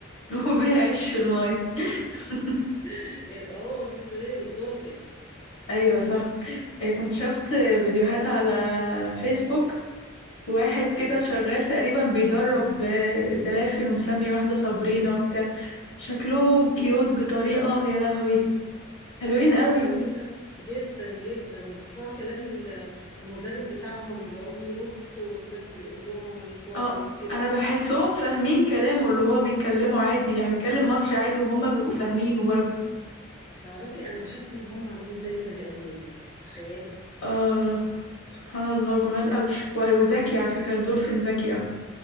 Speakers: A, on the left (about 70°); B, on the left (about 15°).
A: <laughs> وبيعيش في الماية <laughs>
B: <laughs> يبقى هو مفيش غيره الدولفين
A: أيوه صح إيه، كنت شفت فيديوهات على فيسبوك واحد
B: مم.
A: كده شغال تقريبا بيدرب آه، دلافين ومسمي واحدة صابرينا وبتاع شكلهم كيوت بطريقة يا لهوي حلوين
B: اه دول
A: قوي
B: حلوين قوي جدا جدا وبيسمعوا كلام ال- المدرب بتاعهم بيقعدوا ينطوا زي ما بيقول لهم ويطلعوا
A: اه
B: وكده
A: انا بحسهم فاهمين كلامه اللي هو بيتكلمه عادي يعني بيتكلم مصري عادي وهم بيبقوا فاهمينه برضه
B: تعرفي انا بحس ان هم عاملين زي البني ادمين تخيلي
A: اه سبحان الله جمال قوي و- وذكي على فكرة الدولفين ذكي قوي